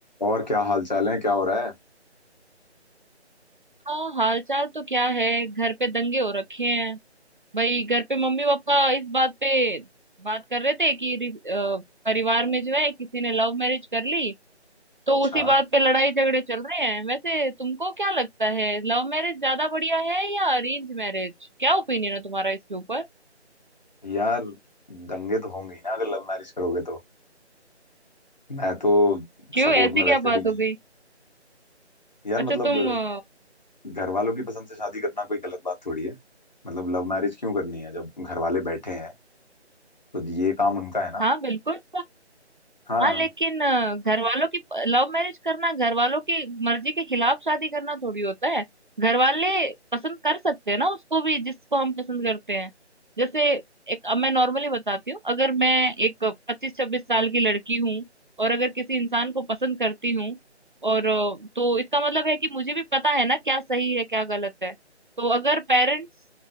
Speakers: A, on the left; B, on the right.
A: और क्या हाल चाल है क्या हो रहा है
B: हाँ हालचाल तो क्या है घर पे दंगे हो रखे हैं भाई घर पे मम्मी पापा इस बात पे बात कर रहे थे कि रि- अ, परिवार में जो है किसी ने लव मैरिज कर ली तो
A: अच्छा
B: उसी बात पे लड़ाई झगड़े चल रहे हैं वैसे तुमको क्या लगता है लव मैरिज ज्यादा बढ़िया है या अरेंज मैरिज क्या ओपिनियन है तुम्हारा इसके ऊपर
A: यार दंगे तो होंगे ही ना अगर लव मैरिज करोगे तो मैं तो
B: क्यों
A: सपोर्ट
B: ऐसी
A: में
B: क्या
A: वैसे
B: बात
A: भी नहीं
B: हो गई
A: यार
B: अच्छा
A: मतलब
B: तुम अ,
A: घर वालों की पसंद से शादी करना कोई गलत बात थोड़ी है मतलब लव मैरिज क्यों करनी है जब घर वाले बैठे हैं तो ये काम उनका है ना
B: हाँ बिल्कुल
A: हाँ
B: हाँ लेकिन अ, घर वालों की लव मैरिज करना घर वालों की मर्जी के खिलाफ शादी करना थोड़ी होता है घर वाले पसंद कर सकते हैं ना उसको भी जिसको हम पसंद करते हैं जैसे एक अब मैं नॉर्मली बताती हूँ अगर मैं एक पच्चीस छब्बीस साल की लड़की हूँ और अगर किसी इंसान को पसंद करती हूँ और अ, तो इसका मतलब है कि मुझे भी पता है ना क्या सही है क्या गलत है तो अगर पेरेंट्स